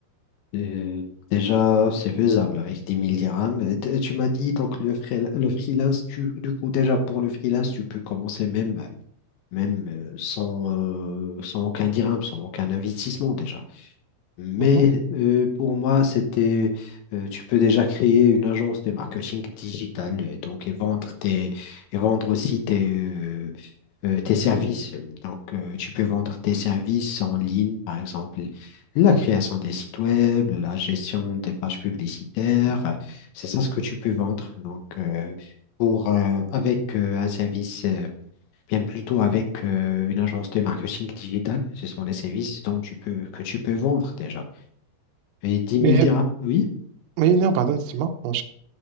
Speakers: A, on the left; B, on the right.
A: Euh, déjà, c'est faisable avec dix mille dirhams. Et t- et Tu m'as dit donc le, freel- le freelance, tu, du coup, déjà pour le freelance, tu peux commencer même, même euh, sans, euh, sans aucun dirham, sans aucun investissement déjà. Mais
B: Mhm.
A: euh, pour moi, c'était, euh, tu peux déjà créer une agence de marketing digital, euh, donc et vendre tes, et vendre aussi tes, euh, euh, tes services. Donc, euh, tu peux vendre tes services en ligne, par exemple, la création des sites web, la gestion des pages publicitaires. C'est ça ce que tu peux vendre. Donc, euh, pour, euh, avec euh, un service, euh, bien plutôt avec euh, une agence de marketing digital, ce sont les services dont tu peux, que tu peux vendre déjà. Et 10 000
B: Mais,
A: dirhams, oui,
B: oui, non, pardon, dis-moi, mon